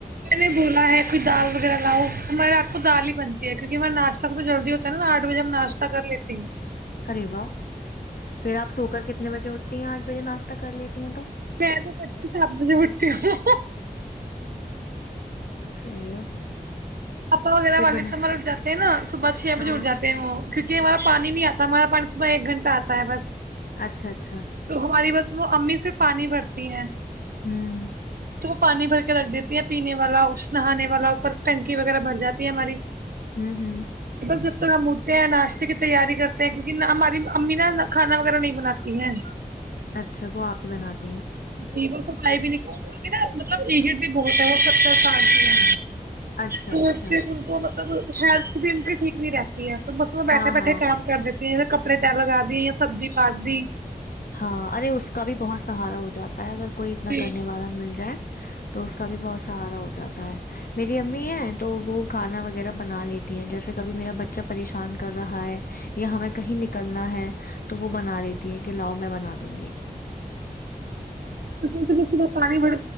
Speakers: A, on the right; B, on the left.
A: میں نے بولا ہے کوئی دال وغیرہ لاؤ ہمارا دال ہی بنتی ہے کیونکہ ہمیں ناشتہ سب جلدی ہوتا ہے نا آٹ بجے ہم ناشت کر لیتے ہیں
B: ارے واہ پھر آپ سو کر کے کتنے بجے اٹھتی ہیں آٹھ بجےاشہ کر لیتی ہیں تو
A: میں تو شام کو پانچ بجے اٹھتی ہوں
B: صی ہے
A: اپپا وغیرا
B: پھر
A: والد
B: بنا
A: سبر اٹھاتے ہیں نا صبح چھے
B: ہاں
A: بجے اٹھ جات ہیں وہ کیونکہ ہمارا پانی نہیں آتا ہمارا پانی صبح ایک گھنٹہ آتا ہے بس
B: اچھا اچھا
A: تو ہماری بس وہ امی سے پانی بھرتی ہیں
B: ہوں
A: تو وہ پانی بھر کے رکھ دیتی ہے پینے والا نہانے والا اوپر ٹنکی وغیرہ بھر جاتی ہے ہماری
B: ہوں ہوں
A: ج تک ہم اٹھتے ہیں ناشتے کی تیاری کرتے ہیں کیونک ہماری امی نا کھانا وغیرہ نہیں بناتی ہیں
B: اچھا وہ آپ ہی بناتی ہیں
A: ج سفائی بھی نک نا مطلب ایٹ بھی بہت ہے وہ ستر سال کی ہے
B: اچھا
A: تو
B: اچھا
A: اس سے ان کو تو ہیلت بھی ان کی ٹھیک نہیں رہتی ہے تو اس میں
B: ہاں
A: بیٹھے
B: ہاں
A: بیٹھے کام کر دیتے پ کپڑے تیر لگا دی یا سبزی کھاد دیی
B: ہاں ارے اس کا بھی بہت سہارا ہو جاتا ت اگر کوئی اتنا
A: جی
B: کرنے والا مل جائے تو اس کا بھی بہت سہارا ہوتا جا ہے میری امی ہیں تو وہ کھانا وغیرہ بنا لیتے ہیں جیسے کبھی میرا بچہ پریشان کر رہا ہے ہمیں کہیں نکلنا ہے تو وہ بنا لیتی ہیں کےلاؤ میں بنا دوں گی
A: ج صح پانی بھر